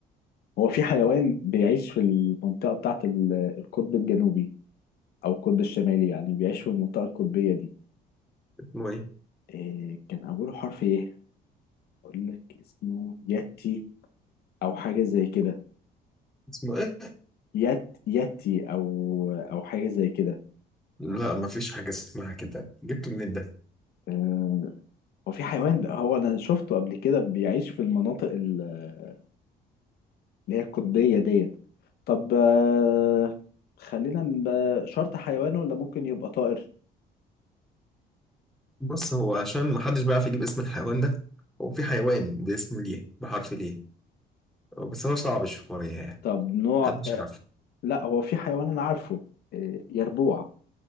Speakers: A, on the left; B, in the centre.
A: هو في حيوان بيعيش في المنطقة بتاعة ال- القطب الجنوبي أو القطب الشمالي يعني بيعيش في المنطقة القطبية دي
B: اسمه ايه
A: إيه كان أوله حرف إيه؟ أقول لك اسمه ياتي أو حاجة زي كده
B: اسمه ايه
A: يات ياتي أو أو حاجة زي كده
B: لا مفيش حاجة اسمها كده جبته منين ده
A: آه، هو في حيوان ده هو انا شفته قبل كده بيعيش في المناطق ال- اللي هي القطبية ديت طب آه، خلينا ب- شرط حيوان ولا ممكن يبقى طائر
B: بص هو عشان محدش بيعرف يجيب اسم الحيوان ده هو في حيوان باسم ليه بحرف ليه بس هو صعب شوية يعني
A: طب نوع
B: محدش
A: آه،
B: عارف
A: لا هو في حيوان انا عارفه آه، يربوع